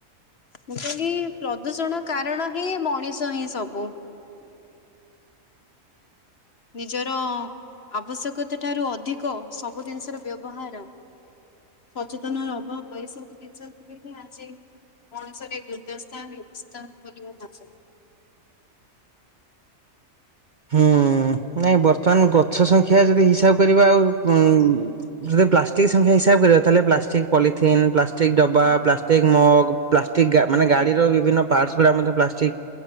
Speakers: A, on the left (about 50°); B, on the right (about 45°).
A: ମୁଁ କହିଲି ପ୍ରଦୂଷଣ କାରଣ ହିଁ ମଣିଷ ହିଁ ସବୁ। ନିଜର ଆବଶ୍ୟକତା ଠାରୁ ଅଧିକ ସବୁ ଜିନିଷର ବ୍ୟବହାର ସଚେତନ ର ଅଭାବ ଏଇ ସବୁ ଜିନିଷକୁ ହିଁ ଆଜି ମଣିଷରେ ଦୁର୍ଦ୍ଦଶତା ବ୍ୟବସ୍ଥା ପରିବନ୍ ଆସେ।
B: ହୁଁ ନାଇଁ ବର୍ତ୍ତମାନ ଗଛ ସଂଖ୍ୟା ଯଦି ହିସାବ କରିବା ଆଉ ଉଁ ଯଦି ପ୍ଲାଷ୍ଟିକ ସଂଖ୍ୟା ହିସାବ କରିବା ତାହଲେ ପ୍ଲାଷ୍ଟିକ ପଲିଥିନ୍ ପ୍ଲାଷ୍ଟ୍ ଷ୍ଟିକ ଡବା
A: ହଁ
B: ପ୍ଲାଷ୍ଟିକ ମଗ ଠିକ୍ ଗା ମାନେ ଗାଡିର
A: ହୁଁ
B: ବିଭିନ୍ନ ପାର୍ଟସ ଗୁାଡ଼ା ମଧ୍ୟ ପ୍ଲାଷ୍ଟିକ।